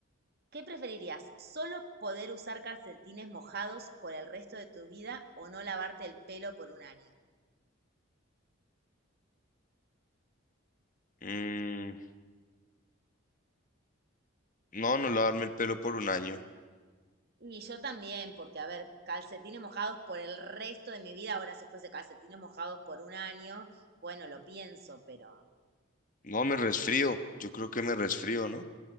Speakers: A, on the right; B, on the left.
A: ¿qué preferirías? ¿Solo poder usar calcetines mojados por el resto de tu vida o no lavarte el pelo por un año?
B: Mm, No, no lavarme el pelo por un año.
A: Y yo también, porque a ver, calcetines mojados por el resto de mi vida, ahora si fuese calcetines mojados por un año, bueno, lo pienso, pero
B: No, me resfrío. Yo creo que me resfrío, ¿no?